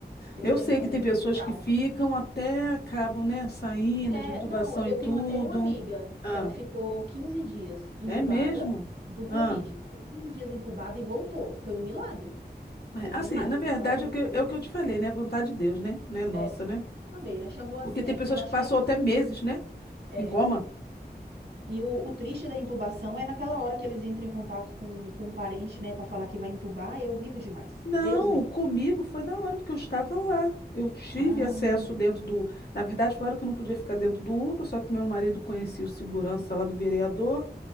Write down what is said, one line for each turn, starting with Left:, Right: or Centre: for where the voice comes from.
Right: Eu
Left: Eu
Right: tenho
Left: sei
Right: também
Left: que tem pessoas
Right: trauma.
Left: que ficam até acabam, né, saindo
Right: É,
Left: de intubação
Right: não, eu
Left: e tudo.
Right: tenho até uma amiga
Left: Ah,
Right: que ela ficou 15 dias entubada
Left: é mesmo?
Right: do
Left: Ah.
Right: Covid. Ficou 15 dias entubada e voltou. Foi um milagre.
Left: É,
Right: Foi um
Left: assim,
Right: milagre,
Left: na verdade,
Right: porque ela ficou.
Left: é o que, eu- é o que eu te falei, né? Vontade de Deus, né? Não é nossa,
Right: É,
Left: né?
Right: também, né? Chamou a
Left: Porque
Right: senha,
Left: tem pessoas
Right: eu acho
Left: que passam
Right: que é isso.
Left: até meses, né?
Right: É.
Left: Em coma.
Right: E o, o triste da intubação é naquela hora que eles entram em contato com, com um parente, né, para falar que vai intubar, é horrível demais.
Left: Não,
Right: Deus me livre.
Left: comigo foi na hora, porque eu estava lá. Eu tive
Right: Ah,
Left: acesso
Right: né?
Left: dentro do. Na verdade, falaram que eu não podia ficar dentro do UPA, só que meu marido conhecia o segurança lá do vereador